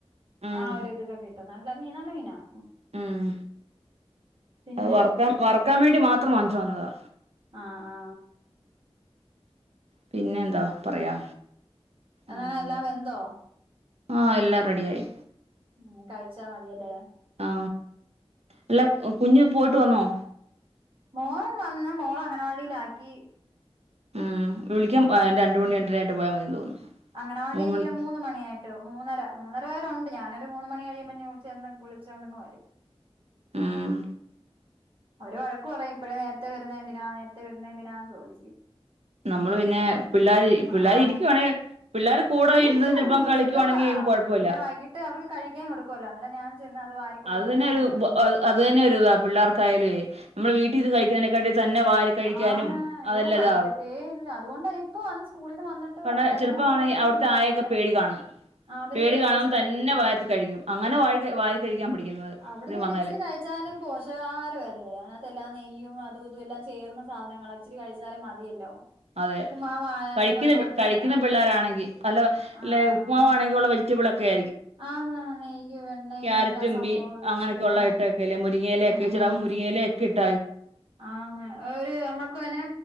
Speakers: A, on the right; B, on the right.
A: ഉം
B: ആ ഒരു ഇതിക്കൊക്കെ കിട്ടും നല്ല മീനാ നല്ല മീൻ
A: ഉം.
B: പിന്നെ
A: അത് വറക്കാൻ വേണ്ടി മാത്രം വങ്ങിച്ചു വന്നതാ.
B: ആ.. ആ
A: പിന്നെ എന്താ പറയാ?
B: അങ്ങന
A: ഉം
B: എല്ലാം വെന്തോ?
A: ആ എല്ലാം റെഡിയായി
B: ഉം. കഴിച്ചാൽ മതിയല്ല!
A: ആ. അല്ല! കുഞ്ഞ് പോയിട്ട് വന്നോ?
B: മോൻ വന്ന് മോളേ അങ്ങനവാടിയിലാക്കി
A: ഉം വിളിക്കാൻ രണ്ട് മണി രണ്ടരായിട്ട് പോയാൽ മതി തോന്നുന്നു.
B: അങ്ങനവാടിൽല്ല
A: മൂന്ന് മണിക്ക്
B: മൂന്ന മണിയായിട്ട് മൂന്നര മൂന്നര വരെ ഉണ്ട് ഞാൻ ഒരു മൂന്ന് മണി കഴിയുമ്പോ ചേന്ന് വിളിച്ചോണ്ടന്ന് വരും
A: ഉം
B: അവര് വഴക്കു പറയും ഇപ്പോഴേ നേരത്തെ വരുന്ന, എന്തിനാ നേരത്തെ വരുന്ന, എന്തിനാ ചോദിക്കും.
A: നമ്മള്
B: ഉം
A: പിന്നെ
B: ഉം ഉം
A: പിള്ളേര് പിള്ളേര്
B: ആ....
A: ഇരിക്കുവാണെ പിള്ളേര് കൂടെ
B: ഇരിക്കും
A: ഇരുന്ന് ചിലപ്പം കളിക്കുവാണെങ്കി
B: ഇഷ്ടവാ
A: കുഴപ്പമില്ല
B: പിന്നെ വൈകിട്ട് അവർക്ക് കഴിക്കാൻ കൊടുക്കുവല്ലോ അന്നരം ഞാൻ ചെന്ന അത് വാരി കൊടുത്തിട്ട്
A: അത് തന്നെ
B: ഞാനിങ്
A: ഒരു
B: വിളിച്ചോണ്ട് വരും
A: അത് തന്നെ ഒരുതാ പിള്ളേർക്കായാലേ നമ്മള് വീട്ടിൽ ഇത് കഴിക്കുന്നതിനെക്കാട്ട തന്നെ വാരി കഴിക്കാനും
B: ആന്നു
A: അതെല്ലാം
B: യോ കഴിക്കത്തേ
A: ഇതാവും
B: ഇല്ല അതുകൊണ്ട് ഇപ്പൊ വന്ന് സ്കൂളിൽ നിന്ന് വന്നിട്ട്
A: കാരണം
B: അയാളെ
A: ചിലപ്പോ
B: കൊണ്ട്
A: ആണെങ്കി
B: വന്നിട്ട് തിരിച്ച
A: അവിടുത്തെ
B: കൊണ്ട്
A: ആയയൊക്കെ
B: ആക്കിത
A: പേടി കാണും
B: അവരെ
A: പേടി
B: പേടിച്ച
A: കാണും
B: കഴിക്കും
A: തന്നെ വാരി കഴിക്കും അങ്ങനെ വാരി വാരി കഴിക്കാൻ പഠിക്കുന്നത്
B: അവിടുത്തെ
A: സത്യം
B: പിങ്ങനെ
A: പറഞ്ഞാല്
B: ഇച്ചിരി കഴിച്ചാലും പോഷകഹാരമല്ലേ അങ്ങത്തെ എല്ലാം നെയ്യും അത് ഇതും എല്ലാം ചേർന്ന സാധനങ്ങൾ അച്ചിരി കഴിച്ചാലേ മതിയല്ലോ!
A: അതെ
B: ഉപ്പുമാവായാലും
A: കഴിക്കുന്ന
B: അതിനകത്ത്
A: കഴിക്കുന്ന
B: ആഹ്
A: പിള്ളേരാ ആണെങ്കിൽ പലല്ല
B: ആഹ്
A: ഉപ്പുമാവാണെങ്കിൽ
B: ആഹ്
A: ഉള്ള വെജിറ്റബിൾക്കെ
B: ആന്ന് നെയ്യും എണ്ണയും
A: കാരറ്റ്റും
B: എല്ലാ സംഭവവും
A: ബീൻസും
B: ഒഴിച്ച്
A: അങ്ങനൊക്കെള്ള
B: ആഹ്
A: ഇട്ടക്കല്ല മുരിങ്ങലയ ഒക്കൊവും
B: ആഹ്
A: മുരിങ്ങേല ഒക്കെ ഇട്ട
B: ആന്ന് ഒരു നമ്മുക്ക് അന്നെ